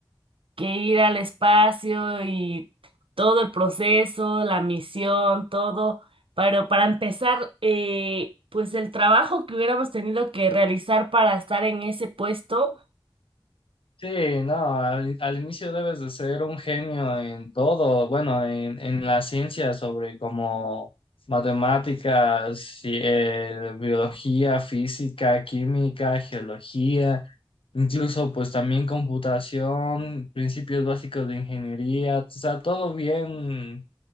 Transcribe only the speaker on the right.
que ir al espacio y todo el proceso, la misión, todo. Pero para empezar, eh, pues el trabajo que hubiéramos tenido que realizar para estar en ese puesto,